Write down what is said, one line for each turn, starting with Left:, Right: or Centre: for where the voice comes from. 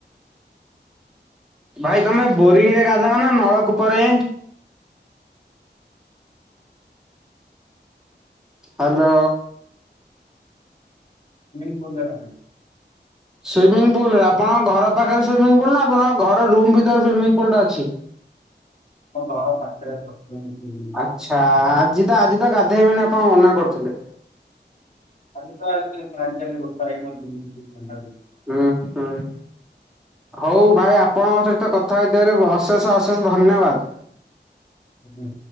Centre: ଭାଇ ତମେ ବୋରିଂରେ ଗାଧାଅନା ନଳକୂପରେ? ହାଲୋ।
Left: ସ୍ଵିମ୍ମିଂପୂଲରେ ଗାଧାଏ।
Centre: ସୁଇମିଂ ପୁଲରେ ଆପଣ ଘର ପାଖରେ ସୁମିଂ ପୁଲନା ଆପଣ ଘର ରୁମ୍ ଭିତରେ ସୁମିଙ୍ଗପୁଲୁଟା ଅଛି?
Left: ଆମ ଘରପାଖରେତ ହୁଁ ହୁଁ।
Centre: ଆଚ୍ଛା ଆଜିତ ଆଜିତ ଗାଧେଇବେନି ଆପଣ ମନା କରୁଥିଲେ?
Left: ଆଜିତ <unintelligible>
Centre: ହଁ ହଁ ହଉ ଭାଇ ଆପଣଙ୍କ ସହିତ କଥା ହେଇଥିବାରେ ଅଶେଷ ଅଶେଷ ଧନ୍ୟବାଦ।
Left: ହୁଁ